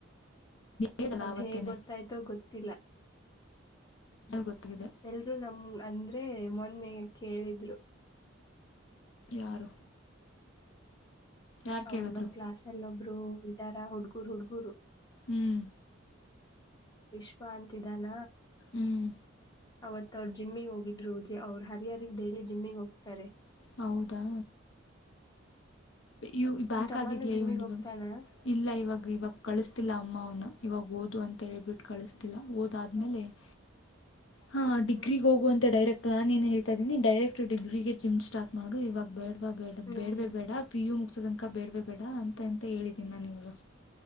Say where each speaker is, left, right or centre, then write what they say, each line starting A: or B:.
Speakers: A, on the left; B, on the left.
A: ಹೇಳಿದಲ್ಲ
B: ಅದೇಗ್
A: ಆವತ್ತೇನೆ
B: ಗೊತ್ತಾಯ್ತೋ ಗೊತ್ತಿಲ್ಲ.
A: ಗೊತ್ತಾಗಿದೆ
B: ಎಲ್ರು ನಮ್ ಅಂದ್ರೆ ಮೊನ್ನೆ ಕೇಳಿದ್ರು.
A: ಯಾರು ಯಾರು
B: ಅವ್ರ
A: ಕೇಳಿದ್ರು
B: ನಮ್ ಕ್ಲಾಸ್ ಅಲ್ಲ ಒಬ್ರು ಇದ್ದಾರ ಹುಡ್ಗೂರ್ ಹುಡ್ಗೂರು
A: ಹ್ಮ್
B: ವಿಶ್ವ ಅಂತಿದ್ದಾನ
A: ಹ್ಮ್
B: ಅವತ್ ಅವರು ಜಿಮ್ಮಿಗ್ ಹೋಗಿದ್ರು ಅವ್ರ ಹರಿಹರಿಗ್ ಡೈಲಿ ಜಿಮ್ಮಿಗೆ ಹೋಗ್ತಾರೆ.
A: ಹೌದಾ. ಇವು
B: ನಿಮ್
A: ಬ್ಯಾಕ್
B: ತಮ್ಮಾನೂ
A: ಆಗಿದೆಯಾ
B: ಜಿಮ್ಮಿಗೆ
A: ಇವನು ಇವಾಗ
B: ಹೋಗ್ತಾನ.
A: ಇಲ್ಲ ಇವಾಗ ಇವಾಗ ಕಳಿಸಸ್ತಿಲ್ಲ ಅಮ್ಮ ಅವನ ಇವಾಗ. ಓದು ಅಂತ ಹೇಳ್ಬಿಟ್ಟು ಕಳಿಸ್ತಿಲ್ಲ ಓದಾದ್ಮೇಲೆ
B: ಹ
A: ಏನು. ಹಾ ಡಿಗ್ರಿಗೆ
B: ಹ್ಮ್
A: ಹೋಗುವಂತೆ ಡೈರೆಕ್ಟ್ ಪ್ಲಾನ್ ಏನ್ ಹೇಳ್ತಾ ಇದೀನಿ ಡೈರೆಕ್ಟ್ ಡಿಗ್ರಿಗೆ ಜಿಮ್ ಸ್ಟಾರ್ಟ್ ಮಾಡು ಇವಾಗ ಬೇಡವಾ ಬೇಡ
B: ಹ್ಮ್
A: ಬೇಡವೇ ಬೇಡ ಪಿ ಯು ಮುಗಸೋದನಕ ಬೇಡವೇ ಬೇಡ ಅಂತ ಅಂತ ಹೇಳಿದ್ದೀನಿ ನಾನಾವನಿಗೆ.